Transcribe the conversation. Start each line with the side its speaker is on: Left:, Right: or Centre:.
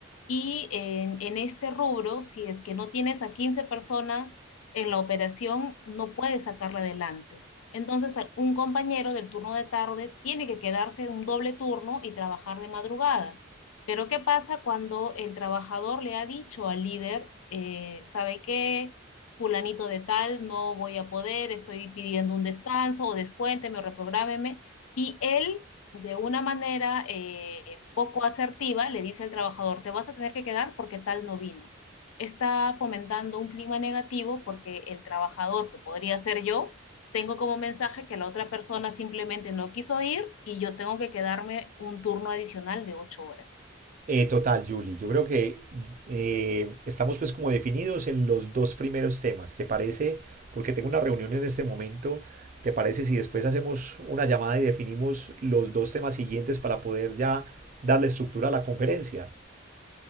Left: Y en, en este rubro, si es que no tienes a 15 personas en la operación, no puedes sacarla adelante. Entonces, al- un compañero del turno de tarde tiene que quedarse un doble turno y trabajar de madrugada. Pero ¿qué pasa cuando el trabajador le ha dicho al líder, eh, ¿sabe qué? Fulanito de tal, no voy a poder, estoy pidiendo un descanso o descuénteme o reprográmeme. Y él, de una manera eh, poco asertiva, le dice al trabajador, te vas a tener que quedar porque tal no vino. Está fomentando un clima negativo porque el trabajador, que podría ser yo, tengo como mensaje que la otra persona simplemente no quiso ir y yo tengo que quedarme un turno adicional de ocho horas.
Right: Eh, total, Julie, yo creo que eh, estamos pues como definidos en los dos primeros temas. ¿Te parece? Porque tengo una reunión en este momento. ¿Te parece si después hacemos una llamada y definimos los dos temas siguientes para poder ya darle estructura a la conferencia?